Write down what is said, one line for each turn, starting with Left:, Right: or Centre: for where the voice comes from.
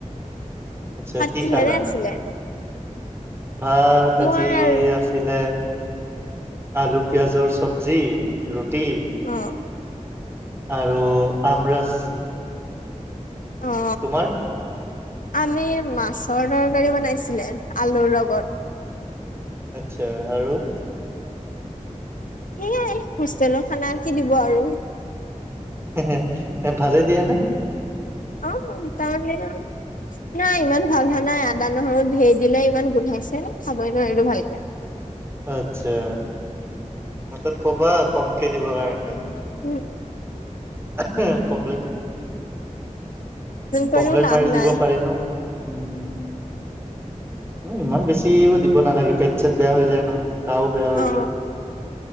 Right: আচ্ছা কি
Left: কিহেৰে
Right: খাল
Left: আছিলে
Right: ভাত আজি-
Left: মই
Right: আছিলে, আলু পিয়াজৰ চব্জি, ৰুটি।
Left: অঁ!
Right: আৰু, আমৰচ।
Left: অ
Right: তোমাৰ-
Left: আমি মাছৰ তৰকাৰী বনাইছিলে আলুৰ লগত।
Right: আচ্ছা, আৰু।
Left: সেইয়াই হোষ্টেলৰ খানা কি দিব আৰু-
Right: হেহে ভালে দিয়ে নে?
Left: অঁ মই নীতা আনীয়ে কলো। নাই, ইমান ভাল হা নাই, আদা নহৰু ধেৰ দিলে, ইমান গোন্ধাইছে খাবই নোৱাৰো ভালকে।
Right: আচ্ছা, তাপিচত কবা কমকে দিবৰ কাৰণে-
Left: উমঁ'
Right: এহে কম্প্লেইন!
Left: কৰিও
Right: কমপ্লেইন
Left: লাভ
Right: মাৰি
Left: নাই
Right: দিব পাৰি ন উমঁ। ইমান বেছিও দিব নালাগে পেট চট বেয়া হৈ যায় ন, গাও বেয়া হৈ
Left: অ
Right: যায়।